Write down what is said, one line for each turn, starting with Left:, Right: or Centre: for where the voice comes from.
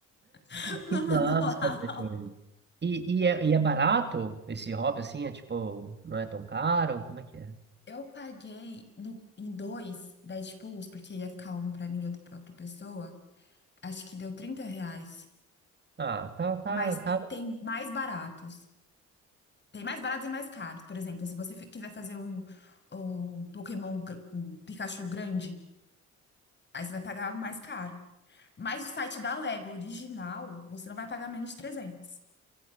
Left: <laughs> no
Right: Que massa,
Left: manual.
Right: velho. E, e, é, e é barato esse hobby assim? É tipo, não é tão caro? Como é que é?
Left: Eu paguei no- em dois Deadpools, porque ia ficar um pra mim e outro pra outra pessoa. Acho que deu 30 reais.
Right: Ah, tá, tá,
Left: Mas
Right: tá
Left: tem mais baratos. Tem mais baratos e mais caros. Por exemplo, se você fi- quiser fazer um, um Pokémon, gr- um Pikachu grande, aí você vai pagar mais caro. Mas o site da Lego original, você não vai pagar menos de trezentos,